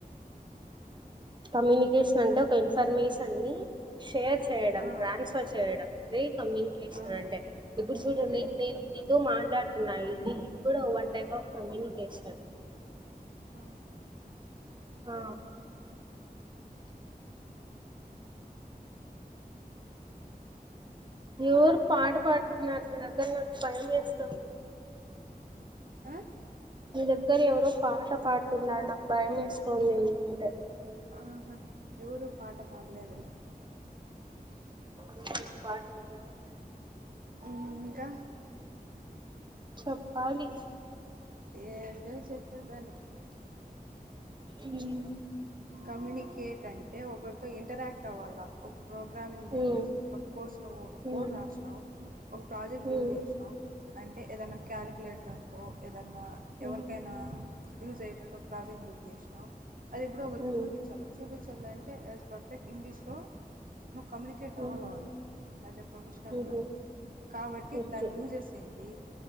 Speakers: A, on the right; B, on the right.
A: కమ్యూనికేషన్ అంటే ఒక ఇన్ఫర్మేషన్ని షేర్ చేయడం
B: ఆ
A: ట్రాన్స్ఫర్ చేయడం అది కమ్యూనికేషన్
B: ఆ
A: అంటే ఇప్పుడు చూడండి
B: మ్
A: నేనితో మాట్లాడుతున్నా ఇది ఇది కూడా వన్ టైప్ ఆఫ్ కమ్యూనికేషన్
B: ఆ
A: ఆ ఎవరు పాట పడుతున్నారు ని దెగ్గర నాకు భయం వేస్తోంది
B: ఆ
A: ని దగ్గర ఎవరో పాట పాడుతున్నారు నాకు భయం వేస్తోంది ఏందంటే
B: ఆహా ఎవరు పాట పాడలేదులే
A: ఏమో నాకు పాట విన్పించ
B: హ్మ్ ఇంకా
A: చెప్పాలి
B: ఏం లేదు చెప్పేదానికి
A: హ్మ్
B: కమ్యూనికేట్ అంటే ఒకరితో ఇంటరాక్ట్ అవ్వాలా ప్రోగ్రామింగ్ లాంగ్వేజ్
A: ఉమ్
B: అఫ్కోర్స్ నువ్వు ఒక కోడ్
A: ఉమ్
B: రాసినావు ఒక ప్రాజెక్ట్ బిల్డ్
A: ఉమ్
B: చేసినావు అంటే ఏదైనా క్యాలిక్యలేటర్ అం కో ఏదన్న
A: ఉమ్
B: ఎవరికైనా యూజ్ అయ్యేటట్టు ఒక ప్రాజెక్ట్ బిల్డ్ చేసినావ్ అది ఎప్పుడు
A: ఉమ్
B: ఒకరికి చూపించల్ల చూపించల్లంటే యాజ్ పర్ఫెక్ట్ ఇంగ్లీష్లో నువ్వు కమ్యునికేట్ అవ్వాలా
A: ఉమ్
B: వాల్తో అస్ ఎ ప్రొఫెషనల్గా
A: ఉహు
B: కాబట్టి
A: ఓకే
B: దాన్ని యూఎస్ ఏంది